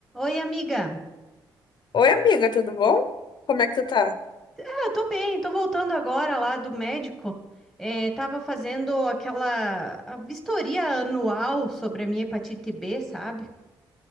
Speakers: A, in the centre; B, on the left.
A: Oi, amiga.
B: Oi, amiga, tudo bom? Como é que tu tá?
A: Ah, eu tô bem, tô voltando agora lá do médico. É, tava fazendo aquela a vistoria anual sobre a minha hepatite B, sabe?